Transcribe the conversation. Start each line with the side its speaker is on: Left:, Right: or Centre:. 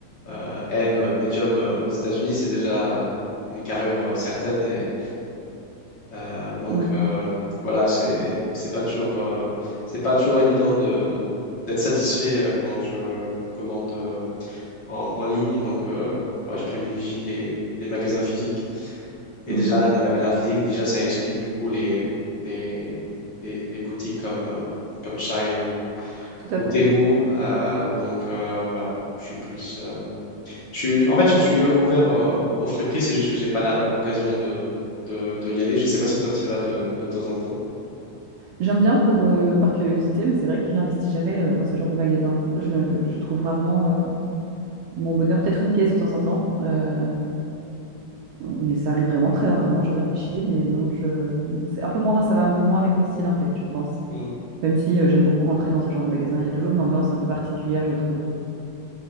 Left: euh, M, medium euh, aux États-Unis, c'est déjà une carrure euh, certaine et euh, donc
Right: ouais.
Left: euh, voilà, c'est c'est pas toujours euh, c'est pas toujours évident de d'être satisfait euh, quand je commande. euh, en, en ligne. Donc, euh, ouais, je privilégie les, les magasins physiques. Et
Right: Mhm.
Left: déjà, les magasins physiques, déjà, ça exclut du coup les, les, les, les boutiques comme, euh, comme Shine ou,
Right: Tout
Left: ou
Right: à fait.
Left: Temu. euh, donc euh, voilà, je suis plus. euh, je suis, en fait, je suis ouvert euh, au frais prix, c'est juste que j'ai pas la- l'occasion de, de, de y aller. Je sais pas si toi tu y vas de, de temps en temps.
Right: J'aime bien pour, euh, par curiosité, mais c'est vrai que je n'investis jamais euh, dans ce genre de magasin. Je, je trouve rarement euh, mon bonheur, peut-être une pièce de temps en temps, euh, mais ça arrive vraiment très rarement. Je réfléchis, mais non, je... c'est un peu moins, ça va un peu moins avec mon style en fait, je pense.
Left: Mm.
Right: Même si euh, j'aime beaucoup rentrer dans ce genre de magasin, il y a toujours une ambiance un peu particulière, je trouve.